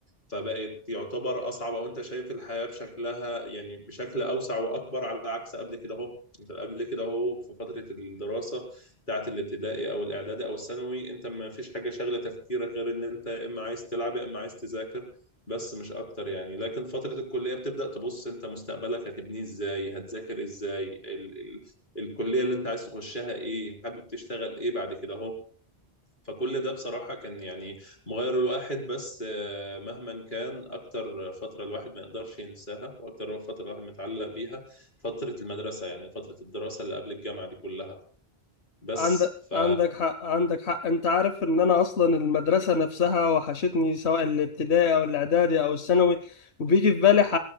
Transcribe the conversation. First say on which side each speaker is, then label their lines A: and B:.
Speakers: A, on the left; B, on the left.
A: فبقت يعتبر أصعب أو أنت شايف الحياة بشكلها يعني بشكل أوسع وأكبر على عكس قبل كده أهو أنت قبل كده أهو في فترة الدراسة بتاعة الابتدائي أو الإعدادي أو الثانوي أنت ما فيش حاجة شاغلة تفكيرك غير إن أنت إما عايز تلعب يا إما عايز تذاكر بس مش اكتر يعني لكن فترة الكلية بتبدأ تبص انت مستقبلك هتبنيه ازاي هتذاكر ازاي ال ال الكلية اللي انت عايز تخشها ايه حابب تشتغل ايه بعد كده اهو فكل ده بصراحة كان يعني مغير الواحد بس آه، مهما كان أكتر فترة الواحد ما يقدرش ينساها وأكتر فترة الواحد متعلق بيها فترة المدرسة يعني فترة الدراسة اللي قبل الجامعة دي كلها بس
B: عندك
A: ف
B: عندك حق عندك حق انت عارف ان انا اصلا المدرسه نفسها وحشتني سواء الابتدائي او الاعدادي او الثانوي وبيجي في بالي ح-